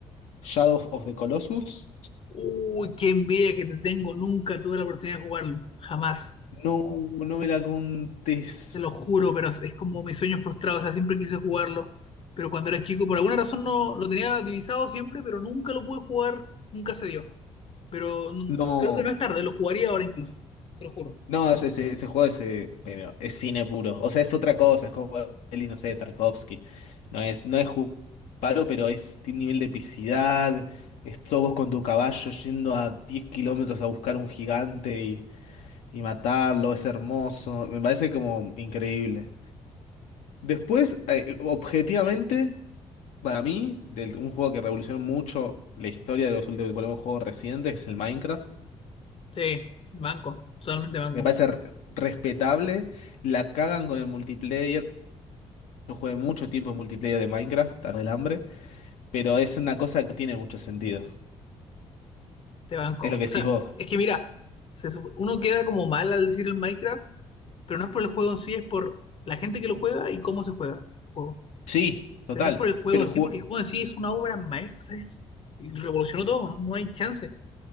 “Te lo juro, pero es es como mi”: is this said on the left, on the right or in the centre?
Left